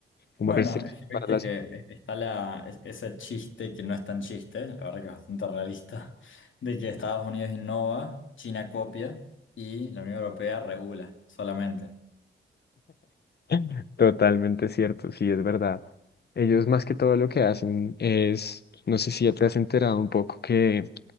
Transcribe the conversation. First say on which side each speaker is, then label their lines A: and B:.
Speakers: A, on the left; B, on the left.
A: como
B: Bueno,
A: restricciones
B: es que
A: para
B: viste
A: las...
B: que e- está la, es- ese chiste que no es tan chiste, la verdad que es bastante realista, <laughs> de que Estados Unidos innova, China copia y la Unión Europea regula solamente.
A: <laughs> Totalmente cierto, sí, es verdad. Ellos más que todo lo que hacen es, no sé si ya te has enterado un poco que